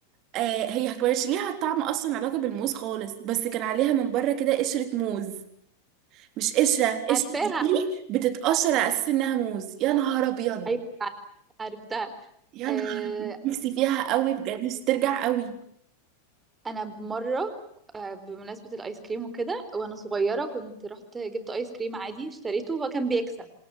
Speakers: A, on the right (about 40°); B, on the right (about 15°).
A: آه هي كانش ليها طعم اصلا علاقة بالموز خالص بس كان عليها من بره كده قشرة موز مش قشرة قشرة
B: عارفاها
A: دي بتتقشر على اساس انها موز يا نهار ابيض
B: ايوه عرفتها
A: يا
B: آه...
A: نهار أبيض. نفسي فيها قوي بجد نفسي ترجع قوي
B: انا بمره آه، بمناسبه الايس كريم وكده وانا صغيره كنت رحت جبت ايس كريم عادي اشتريته وهو كان بيكسب